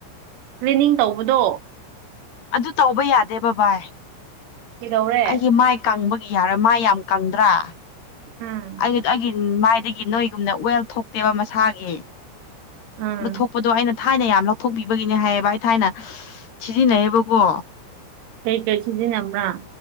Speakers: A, on the right (about 85°); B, on the left (about 55°).
A: ꯀ꯭ꯂꯤꯅꯤꯡ ꯇꯧꯕꯗꯣ
B: ꯑꯗꯨ ꯇꯧꯕ ꯌꯥꯗꯦ ꯕ ꯕꯥꯏ
A: ꯀꯩꯗꯧꯔꯦ
B: ꯑꯩꯒꯤ ꯃꯥꯏ ꯀꯪꯕꯒꯤ ꯌꯥꯔꯣꯏ ꯃꯥꯏ ꯌꯥꯝ ꯀꯪꯗ꯭ꯔꯥ
A: ꯎꯝ
B: ꯑꯩ ꯑꯩꯒꯤ ꯃꯥꯏꯗꯒꯤ ꯅꯣꯏꯒꯨꯝꯅ ꯋꯦꯜ ꯊꯣꯛꯇꯦꯕ ꯃꯁꯥꯒꯤ
A: ꯎꯝ
B: ꯑꯗꯨ ꯊꯣꯛꯄꯗꯣ ꯑꯩꯅ ꯊꯥꯏꯅ ꯌꯥꯝ ꯂꯧꯊꯣꯛꯄꯤꯕꯒꯤꯅꯦ ꯍꯥꯏꯌꯦꯕ ꯑꯩ ꯊꯥꯏꯅ ꯁꯤꯖꯤꯟꯅꯩꯌꯦꯕꯀꯣ
A: ꯀꯩ ꯀꯩ ꯁꯤꯖꯤꯟꯅꯕ꯭ꯔꯥ